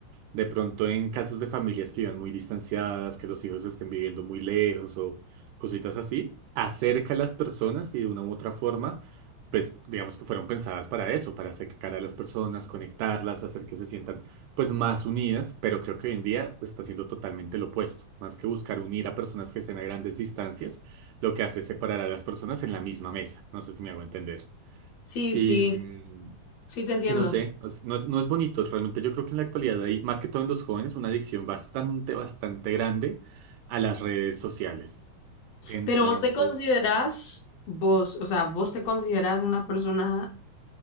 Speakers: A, on the right; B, on the left.
A: De pronto en casos de familias que vivan muy distanciadas, que los hijos estén viviendo muy lejos o cositas así, acerca a las personas y de una u otra forma, pues digamos que fueron pensadas para eso, para acercar a las personas, conectarlas, hacer que se sientan pues más unidas, pero creo que hoy en día está siendo totalmente lo opuesto. Más que buscar unir a personas que estén a grandes distancias, lo que hace es separar a las personas en la misma mesa. No sé si me hago entender.
B: Sí,
A: Y...
B: sí,
A: mm,
B: sí te entiendo.
A: y no sé, es- no es, no es bonito. Realmente yo creo que en la actualidad hay, más que todo en los jóvenes, una adicción bastante, bastante grande a las redes sociales. Entonces,
B: Pero vos te considerás, vos, o sea, vos te considerás una persona